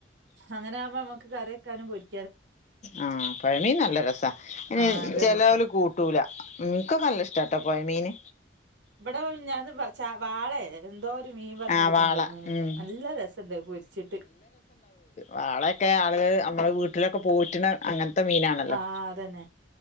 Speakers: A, on the right (about 65°); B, on the left (about 35°).
A: അങ്ങനെ ആകുമ്പോ നമുക്ക് കറി വെക്കാനും പൊരി
B: ആഹ് പൊഴമീൻ നല്ല രസാ അതിന്
A: ആഹ് നല്ല
B: ചെലോല്
A: രസാ
B: കൂട്ടൂല ൻകൊക്കല്ല ഷ്ടാട്ടോ പൊയ മീന്
A: വടെ മിഞാന്ന് വാളേ ന്തോരു മീൻ പറഞാണ്ട്
B: ആഹ് വാള
A: കൊണ്ട് വന്നാണ്
B: ഉം
A: നല്ല രസണ്ട് പൊര്ച്ചിട്ട്
B: വാളൊക്കെ ആള്കള് നമ്മള വീട്ടിലൊക്കെ പോറ്റ്ണെ അങ്ങൻത്തെ മീനാണല്ലോ
A: ആഹ് അതന്നെ